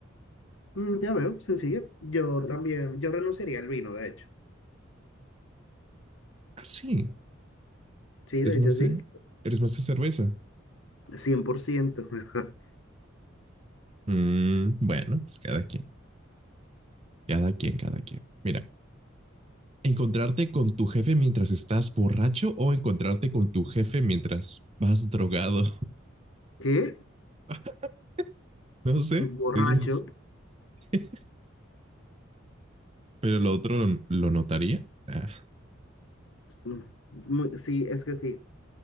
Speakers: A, on the left; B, on the right.
A: Mm, ya veo, sencillo. Yo también, yo renunciaría al vino, de hecho.
B: Ah, sí.
A: Sí, de
B: Es más
A: hecho sí.
B: de, eres más de cerveza.
A: Cien por ciento. <laughs>
B: Mm, bueno, pues cada quien, cada quien, cada quien. Mira, encontrarte con tu jefe mientras estás borracho o encontrarte con tu jefe mientras vas drogado.
A: ¿Qué?
B: <laughs> No sé,
A: Borracho.
B: eso es, <laughs> Pero lo otro lo, lo notaría. Ah,
A: Mm, muy- sí, es que sí.